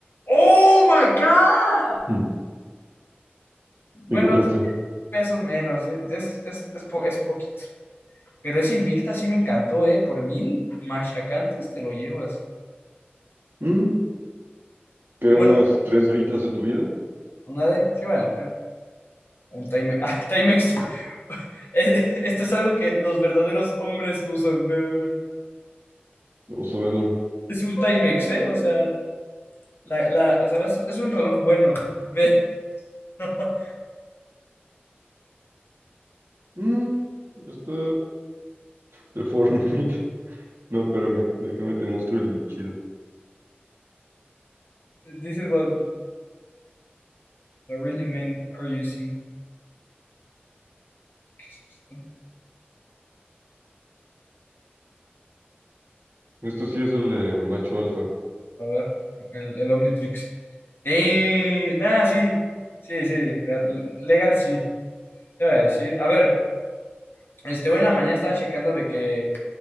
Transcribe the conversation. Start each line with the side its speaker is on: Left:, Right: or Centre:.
Left: ¡Oh, my God!
Right: Mm.
Left: Bueno,
Right: ¿Me encontraste?
Left: pesos menos. Es, es, es, es po- es poquito. Pero ese Invicta sí me encantó, ¿eh? Por mil machacantes te lo llevas.
Right: Mm, ¿Qué,
Left: Bueno,
Right: unas tres horitas de tu vida?
Left: una de, sí vale la pena. Un Timex. <laughs> Ah, Timex. <laughs> Eh, Esto es algo que los verdaderos hombres usan, ve.
Right: Vamos a verlo.
Left: Es un Timex, ¿eh? O sea, la, la, o sea, es, es un reloj bueno, ve. <laughs>
Right: Mm, está de Fortnite. <laughs> No, espérame, déjame te muestro el chido.
Left: This is what, what really men are using. ¿Qué es esto?
Right: Esto sí es el de macho alfa.
Left: A ver, el, el Omnitrix. Eh, nada, sí. Sí, sí. Legal, sí. Te voy a decir. A ver. Este, hoy en la mañana estaba checando de que